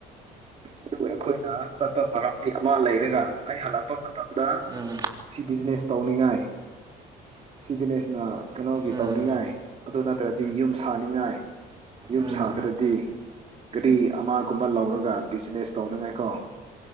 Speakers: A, on the right (about 40°); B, on the right (about 25°).
A: ꯑꯗꯨꯒ ꯑꯩꯈꯣꯏꯅ ꯆꯠꯄ ꯃꯔꯝꯗꯤ ꯑꯃ ꯂꯩꯔꯒ ꯑꯩ ꯍꯜꯂꯛꯄ ꯃꯇꯝꯗ
B: ꯎꯝ
A: ꯁꯤ ꯕꯤꯖꯤꯅꯦꯁ ꯇꯧꯅꯤꯡꯉꯥꯏ ꯁꯤ ꯕꯤꯅꯦꯁꯅ ꯀꯩꯅꯣꯒꯤ
B: ꯎꯝ
A: ꯇꯧꯅꯤꯡꯉꯥꯏ ꯑꯗꯨ ꯅꯠꯇ꯭ꯔꯗꯤ ꯌꯨꯝ ꯁꯥꯅꯤꯡꯉꯥꯏ ꯌꯨꯝ
B: ꯎꯝ
A: ꯁꯥꯗ꯭ꯔꯗꯤ ꯅꯨꯄꯤ ꯑꯃꯒꯨꯝꯕ ꯂꯧꯔꯒ ꯕꯤꯖꯤꯅꯦꯁ ꯇꯧꯅꯤꯡꯉꯥꯏꯀꯣ